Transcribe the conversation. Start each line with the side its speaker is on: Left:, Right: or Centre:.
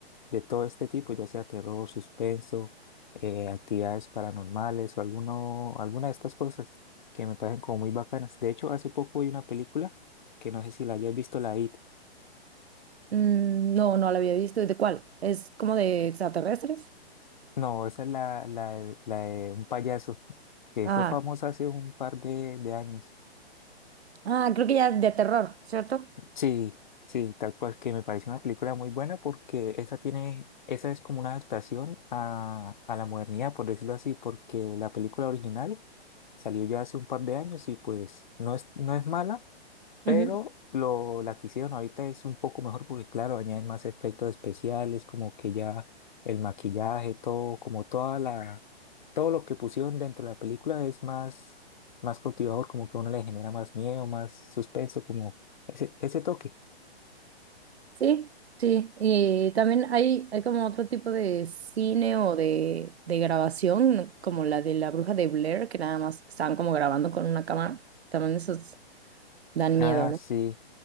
Left: de todo este tipo, ya sea terror, suspenso, eh, actividades paranormales o alguno, alguna de estas cosas que me parecen como muy bacanas. De hecho, hace poco vi una película que no sé si la hayas visto, la It.
Right: Mm, no, no la había visto. ¿De cuál? ¿Es como de extraterrestres?
Left: No, esa es la, la, de- la de un payaso que
Right: Ah,
Left: fue famosa hace un par de, de años.
Right: ah, creo que ya de terror, ¿cierto?
Left: Sí, sí, tal cual que me parece una película muy buena porque esa tiene, esa es como una adaptación a, a la modernidad, por decirlo así, porque la película original salió ya hace un par de años y pues no es, no es mala, pero
Right: Ujú.
Left: lo, la que hicieron ahorita es un poco mejor porque, claro, añaden más efectos especiales, como que ya el maquillaje, todo, como toda la, todo lo que pusieron dentro de la película es más, más cautivador, como que a uno le genera más miedo, más suspenso, como ese, ese toque.
Right: Sí, sí. Y también hay, hay como otro tipo de cine o de, de grabación, como la de la bruja de Blair, que nada más estaban como grabando con una cámara. También esos dan
Left: Ah,
Right: miedo, ¿no?
Left: sí.